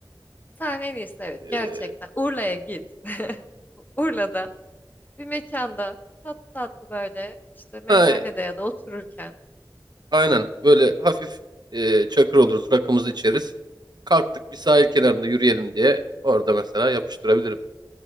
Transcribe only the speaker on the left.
Sen en iyisi evet
gerçekten. Urla'ya git. Urla'da bir mekanda tatlı tatlı böyle işte meyhanede
ya da otururken.